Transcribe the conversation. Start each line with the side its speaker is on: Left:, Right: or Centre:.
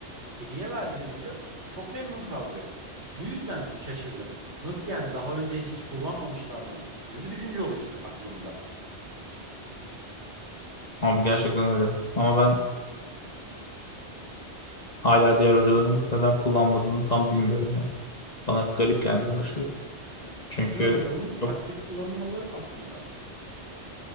Right: hediye verdiğim hoca çok memnun kaldı. Bu yüzden şaşırdım. Nasıl yani daha önce hiç kullanmamışlar mı gibi bir düşünce oluştu aklımda.
Left: Abi gerçekten öyle. Ama ben hala diğer hocaların neden kullanmadığını tam bilmiyorum ya. Bana garip gelmeye başladı.
Right: Evet.
Left: Çünkü
Right: Bütün hocalarımız
Left: çok...
Right: aktif kullanılmalı aslında.